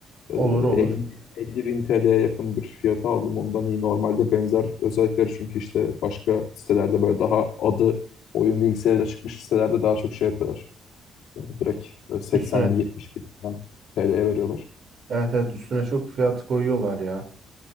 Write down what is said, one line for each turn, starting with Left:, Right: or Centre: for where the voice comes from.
Left: 50,
Right: Olur olur.
Left: 50 bin TL'ye yakın bir fiyata aldım. Ondan iyi. Normalde benzer özellikleri çünkü işte başka sitelerde böyle daha adı oyun bilgisayarıyla çıkmış sitelerde daha çok şey yapıyorlar. Yani direkt böyle 80
Right: Üstüne.
Left: bin 70 bin falan TL'ye veriyorlar.
Right: Evet evet üstüne çok fiyat koyuyorlar ya.